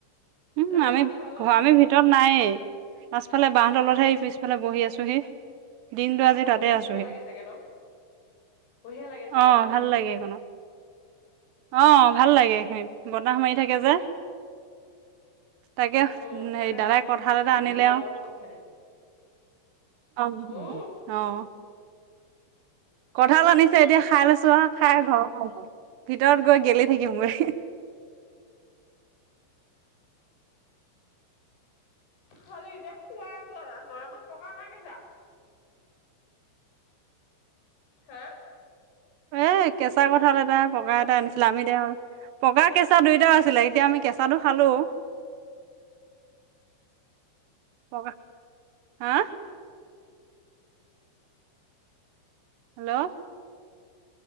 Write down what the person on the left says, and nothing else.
তাতে
পাছফালৰ
আপোনালোকৰ
এইখিনি
বঢ়িয়া লাগে চাগে ন বঢ়িয়া লাগে চাগে
ন
উম তাতে
মানুহ
গোটেই সমাধি
বহি
বঢ়িয়া লাগে
উম
খালি এতিয়া খুৱ বল গৰমত পকা নে কেচা? হা।